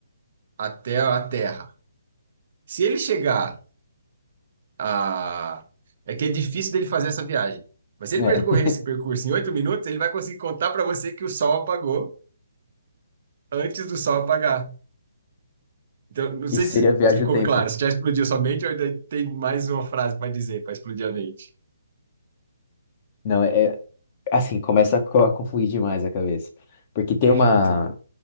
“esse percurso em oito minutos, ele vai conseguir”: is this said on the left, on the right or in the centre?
Right